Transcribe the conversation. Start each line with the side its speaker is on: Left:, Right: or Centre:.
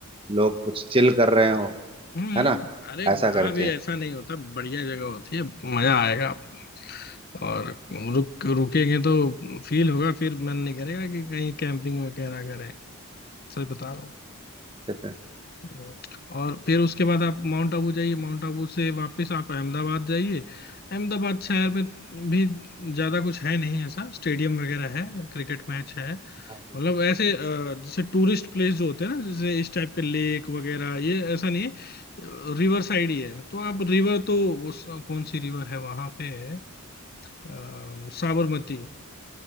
Right: लोग कुछ चिल कर रहे हो
Left: हम्म
Right: है ना
Left: अरे
Right: ऐसा
Left: वहां
Right: करके
Left: भी ऐसा नहीं होता बढ़िया जगह होती है मजा आएगा आपको। और रुक रुकेंगे तो फील होगा फिर मन नहीं करेगा कि कहीं कैंपिंग वगैरह करें सच बता रहा हूँ
Right: ठीक है
Left: हम्म, और फिर उसके बाद आप माउंट आबू जाइए माउंट आबू से वापस आप अहमदाबाद जाइए अहमदाबाद शहर में भी ज्यादा कुछ है नहीं ऐसा स्टेडियम वगैरह है क्रिकेट मैच है
Right: हाँ।
Left: मतलब ऐसे अ, जैसे टूरिस्ट प्लेस जो होते हैं ना जैसे इस टाइप के लेक वगैरह ये ऐसा नहीं है रिवर साइड ही है तो आप रिवर तो उस कौन सी रिवर है वहां पे है अ, साबरमती